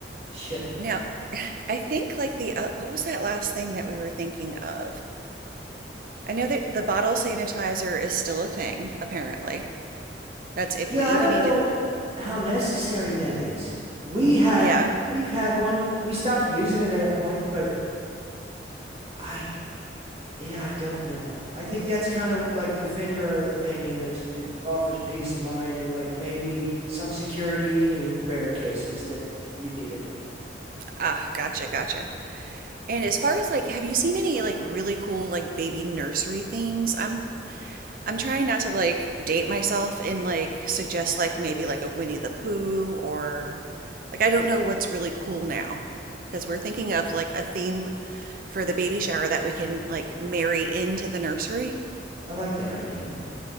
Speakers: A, on the right; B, on the right.
A: <laughs> Yeah.
B: Now, <laughs> I think like the uh, what was that last thing that we were thinking of? I know that the bottle sanitizer is still a thing, apparently. That's if
A: Yeah.
B: we even
A: I don't
B: need
A: know
B: to.
A: how necessary that is. We had,
B: Yeah.
A: we've had one, we stopped using it at a point, but I Yeah, I don't know. I think that's kind of like the finger thing, and that it offers peace of mind and like maybe some security in rare cases that you'd need it.
B: Ah, gotcha, gotcha. And as far as like, have you seen any like really cool like baby nursery themes? I'm I'm trying not to like date myself and like suggest like maybe like a Winnie the Pooh or like I don't know what's really cool now because we're thinking of like a theme for the baby shower that we can like marry into the nursery.
A: I like that idea.